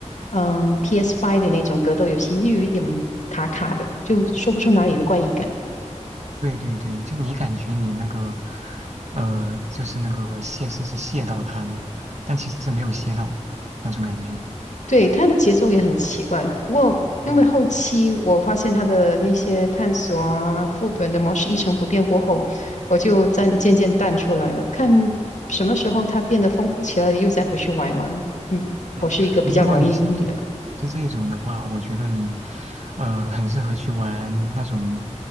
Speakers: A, on the left; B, on the right.
A: 嗯 p s Five 的那种格斗游戏，又有一点卡卡的，就说不出哪里的怪异感。
B: 嗯，对对对，就你感觉你那个，呃，就是那个泄是是泄到他了，但其实没有泄到那种感觉。
A: 对，它的节奏也很奇怪，不过因为后期我发现它的那些探索啊、
B: 对
A: 副本的模式一成不变过后，我就暂渐渐淡出来了。看什么时候它变得丰富起来，又再回去玩一玩。嗯，
B: 嗯，
A: 我是一个比较容易腻的。
B: 如果你是对你是这种的话，我觉得你，呃，很适合去玩那种